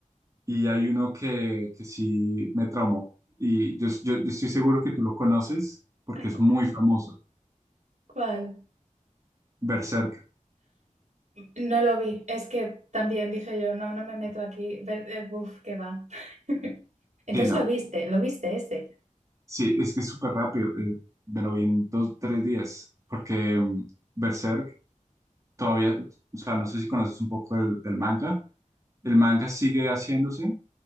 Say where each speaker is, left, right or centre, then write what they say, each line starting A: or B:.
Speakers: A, on the right; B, on the right.
A: Y hay uno que, que sí me traumó. Y yo, yo, yo estoy seguro que tú lo conoces porque
B: Ay,
A: es
B: ¿cuál?
A: muy famoso.
B: ¿Cuál?
A: Berserk.
B: No lo vi, es que también dije yo, no, no me meto aquí, Ver- eh, uf, qué va. <laughs> Entonces
A: Sí, no.
B: lo viste, lo viste ese.
A: Sí, es que es súper rápido. eh, me lo vi en dos, tres días. Porque mm, Berserk todavía, o sea, no sé si conoces un poco del, del manga. El manga sigue haciéndose